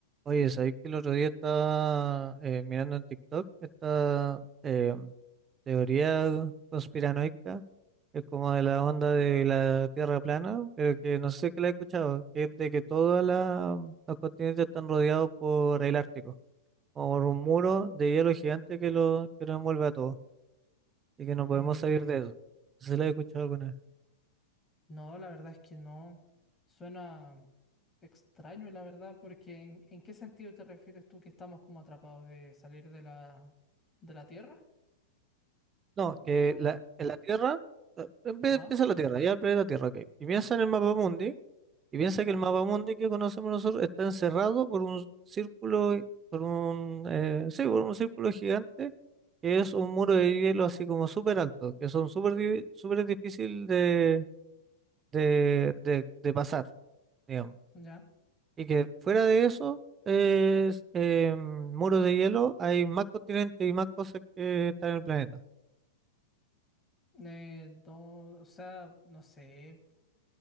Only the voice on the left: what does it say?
Eh,
no, la verdad es que no. Suena extraño, la verdad, porque ¿en, en qué sentido te refieres tú que estamos como atrapados de salir de la, de la Tierra?
O,
ajá,
ya,
ya.
Eh, no, o sea, no sé.